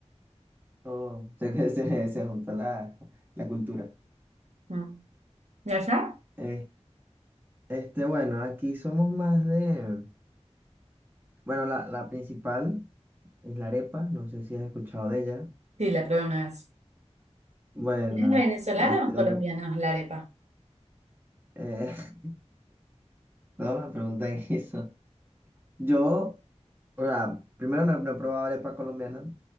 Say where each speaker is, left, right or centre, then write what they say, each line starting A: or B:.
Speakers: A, on the right; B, on the right.
A: Oh, sé que se, se juntó la, la cultura.
B: Mm. ¿De allá?
A: Eh, este, bueno, aquí somos más de, bueno, la, la principal es la arepa, no sé si has escuchado de ella.
B: Sí, la probé una vez.
A: Bueno,
B: ¿Es venezolana
A: este,
B: o colombiana
A: lo que,
B: la arepa?
A: eh, <laughs> no me preguntan <laughs> eso. Yo... O sea, primero no, he no he probado arepa colombiana,